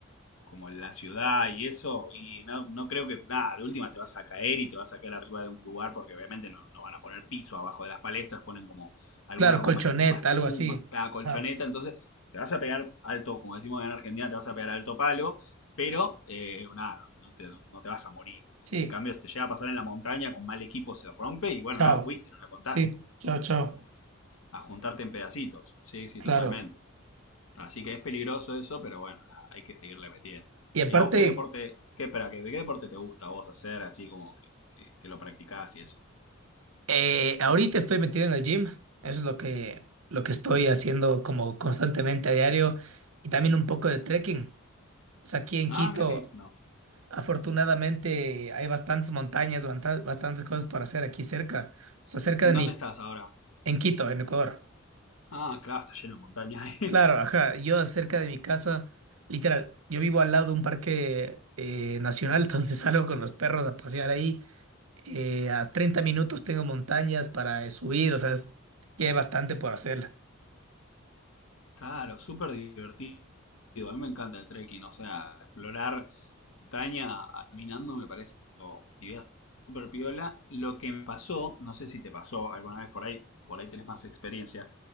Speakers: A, on the left; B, on the right.
A: como en la ciudad y eso, y no, no creo que, nada, de última te vas a caer y te vas a caer arriba de un lugar porque obviamente no, no van a poner piso abajo de las palestras, ponen como algunas
B: Claro,
A: gomas
B: colchoneta,
A: de goma espuma,
B: algo así.
A: la colchoneta,
B: Ajá.
A: entonces te vas a pegar alto, como decimos acá en Argentina, te vas a pegar alto palo, pero eh, nada, no, no te, no- no te vas a morir.
B: Sí,
A: En cambio, si te llega a pasar en la montaña con mal equipo, se rompe y bueno,
B: Chao.
A: nada, fuiste, no la contaste.
B: Sí, chao, chao.
A: A juntarte en pedacitos. Sí, sí,
B: Claro.
A: totalmente. Así que es peligroso eso, pero bueno, nada, hay que seguirle metiendo.
B: Y aparte,
A: ¿Y a vos qué deporte, qué, espera, qué, qué deporte te gusta a vos hacer, así como que, que, que lo practicás y eso?
B: eh, ahorita estoy metido en el gym. Eso es lo que, lo que estoy haciendo como constantemente a diario. Y también un poco de trekking. O sea, aquí en
A: Ah,
B: Quito,
A: mira que no.
B: afortunadamente, hay bastantes montañas, banta- bastantes cosas para hacer aquí cerca. O sea, cerca
A: ¿En
B: de
A: dónde
B: mí,
A: estás ahora?
B: en Quito, en Ecuador.
A: Ah, claro, está lleno de montaña. <laughs>
B: Claro, ajá. Yo cerca de mi casa, literal, yo vivo al lado de un parque eh, nacional, <laughs> entonces salgo con los perros a pasear ahí. eh, a 30 minutos tengo montañas para eh, subir, o sea, es- que hay bastante por hacerla.
A: Claro, súper divertido. A mí me encanta el trekking, o sea, explorar montaña caminando me parece una actividad súper piola. Lo que me pasó, no sé si te pasó alguna vez por ahí, por ahí tenés más experiencia,